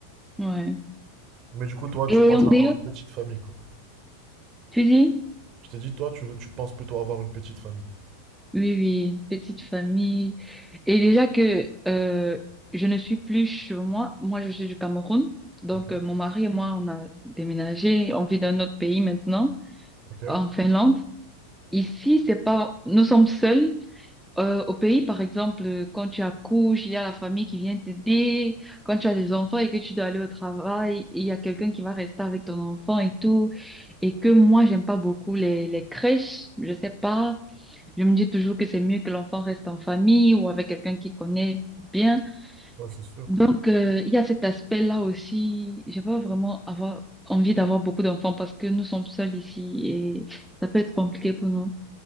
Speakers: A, in the centre; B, on the right.
A: Ouais.
B: Mais du coup, toi, tu
A: Et
B: penses
A: en dehors,
B: avoir une petite famille, quoi.
A: tu dis?
B: Je t'ai dit, toi, tu veux, tu penses plutôt avoir une petite famille.
A: Oui, oui, petite famille. Et déjà que euh, je ne suis plus chez moi, moi je suis du Cameroun, donc
B: Ok.
A: euh, mon mari et moi on a déménagé, on vit dans un autre pays maintenant,
B: Ok.
A: en Finlande. Ici, c'est pas, nous sommes seuls, Euh, au pays, par exemple, quand tu accouches, il y a la famille qui vient t'aider. Quand tu as des enfants et que tu dois aller au travail, il y a quelqu'un qui va rester avec ton enfant et tout. Et que moi, j'aime pas beaucoup les, les crèches. Je sais pas. Je me dis toujours que c'est mieux que l'enfant reste en famille ou avec quelqu'un qui connaît bien.
B: Ouais, c'est sûr.
A: Donc, euh, il y a cet aspect-là aussi. J'ai pas vraiment avoir envie d'avoir beaucoup d'enfants parce que nous sommes seuls ici et ça peut être compliqué pour nous.